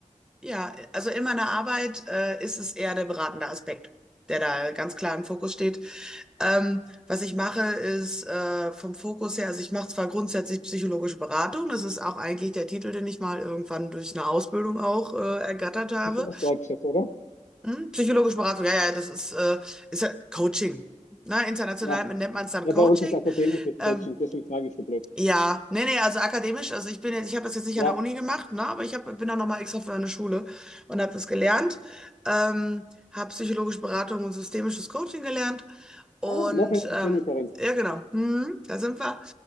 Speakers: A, in the centre; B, on the left.
A: ja, also in meiner Arbeit äh, ist es eher der beratende Aspekt, der da ganz klar im Fokus steht. Ähm, was ich mache, ist äh, vom Fokus her, also ich mache zwar grundsätzlich psychologische Beratung, das ist auch eigentlich der Titel, den ich mal irgendwann durch eine Ausbildung auch äh, ergattert habe.
B: Das ist etwas Deutsches, oder?
A: Hm? Psychologische Beratung, ja, ja, das ist, äh, ist ja Coaching. Na, international
B: Ja.
A: nennt man es dann
B: Ja,
A: Coaching.
B: bei uns ist akademisches
A: Ähm,
B: Coaching, deswegen frage ich so blöd.
A: ja, nee, nee, also akademisch, also ich bin jetzt, ich habe das jetzt nicht
B: Ja.
A: an der Uni gemacht, ne, aber ich hab, bin dann nochmal extra für eine Schule und habe das gelernt. Ähm, habe psychologische Beratung und systemisches Coaching gelernt. Und
B: Ah, noch eine Systemikerin.
A: ähm, ja, genau, hm, da sind wir.